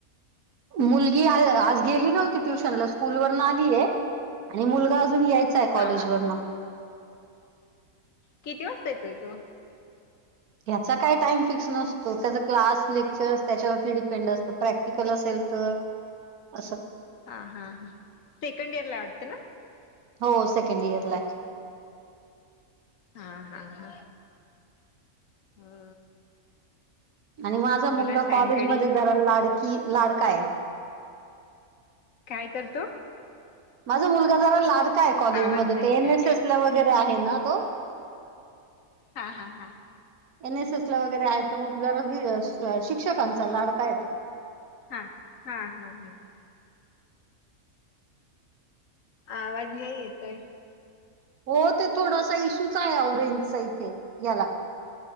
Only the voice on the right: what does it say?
मुलगी आज गेली नव्हती ट्युशनला... स्कूल वरून आलीये. आणि मुलगा अजून यायचाय कॉलेजवरन.
ह्याचा काय टाइम फिक्स नसतो... त्याचा क्लास, लेक्चर त्याच्यावरती डिपेंड असतं. प्रॅक्टिकल असेल तर, असं
हो सेकंड इयरला ए.
आणि माझा मुलगा
कॉलेजमध्ये जरा लाडकी लाडकाय.
माझा मुलगा जरा लाडका आहे कॉलेजमध्ये,
ते
एनएसएस ला वगैरे आहे ना तो.
एनएसएस ला वगैरे आहे तो मग जरा वी स शिक्षकांचा लाडका आहे तो.
हो ते थोडासा इश्यूच आहे ओ रेंजचा इथे याला.